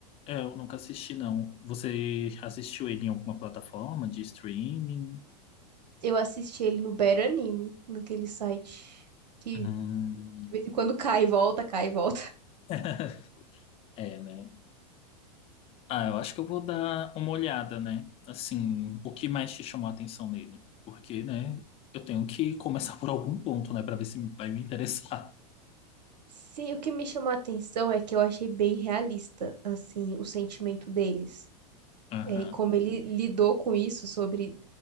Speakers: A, on the left (about 30°); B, on the right (about 80°).
A: eu nunca assisti, não. Você assistiu ele em alguma plataforma de streaming?
B: Eu assisti ele no Better Anime, naquele site que
A: Hum.
B: de vez em quando cai e volta, cai e volta.
A: <laughs> É, né? Ah, eu acho que eu vou dar uma olhada, né? Assim, o que mais te chamou a atenção nele? Porque, né, eu tenho que começar por algum ponto, né, pra ver se vai me interessar.
B: <laughs> Sim, o que me chamou a atenção é que eu achei bem realista, assim, o sentimento deles.
A: <laughs> Aham.
B: É, e como ele lidou com isso sobre